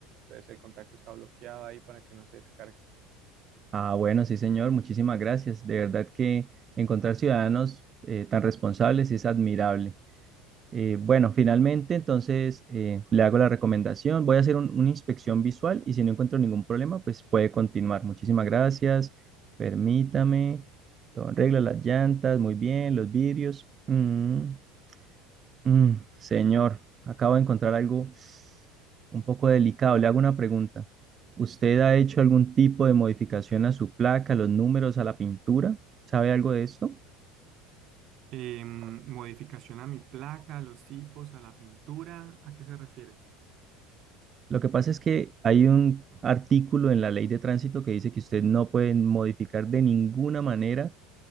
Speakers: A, on the right; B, on the right.
A: Entonces el contacto está bloqueado ahí para que no se descargue.
B: ah, bueno, sí, señor, muchísimas gracias. De verdad que encontrar ciudadanos eh, tan responsables es admirable. Eh, bueno, finalmente, entonces eh, le hago la recomendación. Voy a hacer un- una inspección visual y si no encuentro ningún problema, pues puede continuar. Muchísimas gracias. Permítame. Todo en regla, las llantas, muy bien, los vidrios. Mm, mm, señor, acabo de encontrar algo un poco delicado. Le hago una pregunta. ¿Usted ha hecho algún tipo de modificación a su placa, a los números, a la pintura? ¿Sabe algo de esto?
A: Eh, modificación a mi placa, a los tipos, a la pintura, ¿a qué se refiere?
B: Lo que pasa es que hay un artículo en la ley de tránsito que dice que usted no puede modificar de ninguna manera,